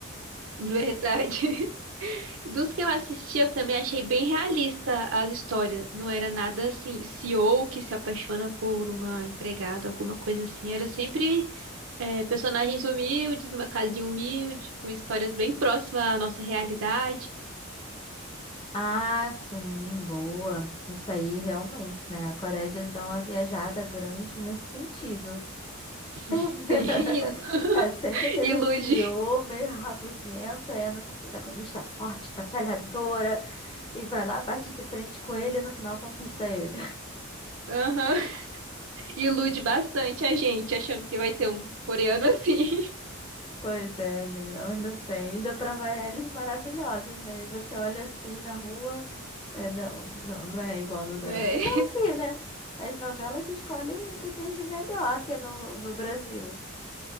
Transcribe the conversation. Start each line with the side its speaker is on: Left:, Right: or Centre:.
Right: Verdade. <laughs> Dos que eu assisti, eu também achei bem realista as histórias. Não era nada assim, CEO que se apaixona por uma empregada, alguma coisa assim. Era sempre é, personagens humildes, numa casinha humilde, com histórias bem próximas à nossa realidade.
Left: Ah, sim, boa. Isso aí realmente, né? A Coreia já dá uma viajada grande nesse sentido.
Right: <laughs>
Left: <laughs>
Right: Sim, <laughs> ilu-
Left: É sempre aquele
Right: ilude.
Left: CEO meio rabugento, é a nossa protagonista forte, batalhadora, e vai lá, bate de frente com ele e no final conquista ele.
Right: Aham. Ilude bastante a gente, achando que vai ter um coreano assim.
Left: Pois é, menina, mas não tem. Ainda pra variar, eles maravilhosos, né? E você olha assim na rua. É, não, não, não é igual no dorama.
Right: <laughs> É.
Left: É Igual aqui, né? As novelas escolhem o que tem de melhor que no, no Brasil.